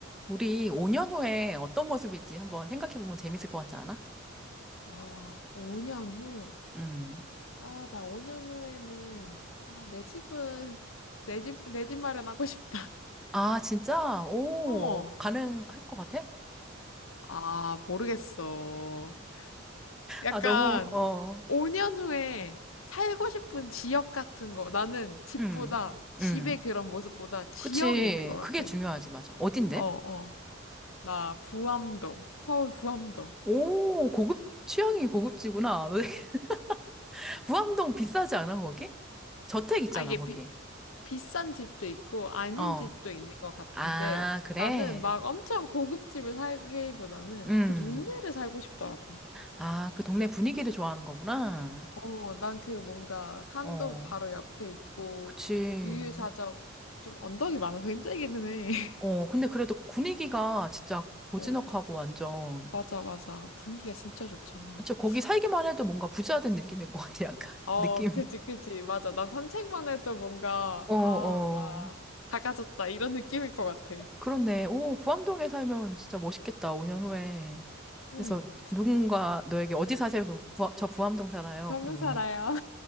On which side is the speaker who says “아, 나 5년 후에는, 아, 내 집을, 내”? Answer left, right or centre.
Left